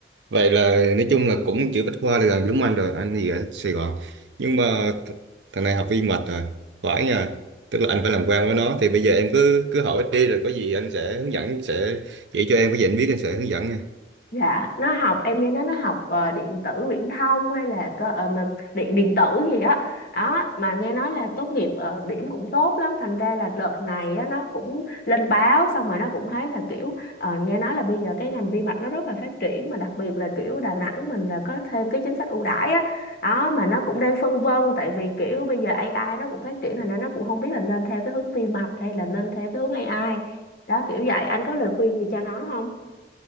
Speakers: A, on the right (about 80°); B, on the left (about 55°).
A: vậy là nói chung là cũng chữ Bách Khoa là gần giống anh rồi anh thì ở Sài Gòn nhưng mà th thằng này học viên mệt rồi phải nha tức là anh phải làm quen với nó thì bây giờ em cứ cứ hỏi đi rồi có gì anh sẽ hướng dẫn sẽ chỉ cho em cái gì anh biết anh sẽ hướng dẫn nha
B: Dạ, nó học em nghe nói nó học ờ, điện tử viễn thông hay là cơ ờ, mà điện điện tử gì á. Đó. mà nghe nói là tốt nghiệp ờ, điểm cũng tốt lắm, thành ra là đợt này á nó cũng lên báo xong rồi nó cũng thấy là kiểu ờ, nghe nói là bây giờ cái ngành vi mạch nó rất là phát triển mà đặc biệt là kiểu Đà Nẵng mình là có thêm cái chính sách ưu đãi á. Đó mà nó cũng đang phân vân tại vì kiểu bây giờ AI nó cũng phát triển thành ra nó cũng không biết là nên theo cái hướng vi mạch hay là nên theo cái hướng AI. Đó kiểu vậy, anh có lời khuyên gì cho nó không?